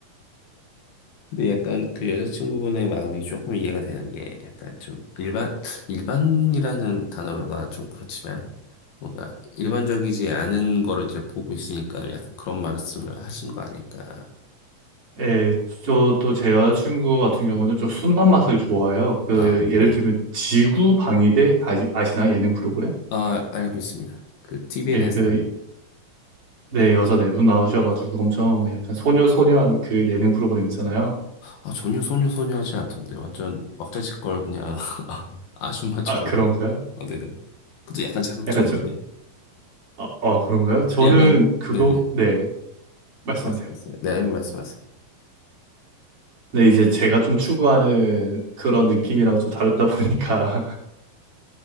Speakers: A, on the left (about 85°); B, on the right (about 40°).
A: 근데 약간 그 여자친구분의 마음이 조금 이해가 되는 게 약간 좀 일반, 일반이라는 단어가 좀 그렇지만 뭔가 일반적이지 않은 거를 이제 보고 있으니까 약간 그런 말씀을 하신 거 아닐까.
B: 예, 저또 제 여자친구 같은 경우는
A: 음.
B: 좀 순한 맛을 좋아해요. 그
A: 아, 네네.
B: 예를 들면 지구 방위대 아시, 아시나 예능 프로그램?
A: 아, 알고 있습니다. 그 TVN에서
B: 예, 그
A: 하는,
B: 네, 여자 네 분 나오셔가지고 엄청 약간 소녀소녀한 그 예능 프로그램 있잖아요.
A: 아, 전혀 소녀소녀 하지 않던데. 완전 왁자지껄 그냥 <laughs> 아줌마처럼
B: 아, 그런가요?
A: 하고. 아, 네네. 그것도 약간 자극적인데.
B: 약간 좀, 어, 어, 그런가요? 저는
A: 약간,
B: 그거,
A: 네네.
B: 네, 말씀하세요.
A: 말씀하세요. 네, 아니, 말씀하세요.
B: 네, 이제 제가 좀 추구하는 그런 느낌이랑 좀 다르다 <laughs> 보니까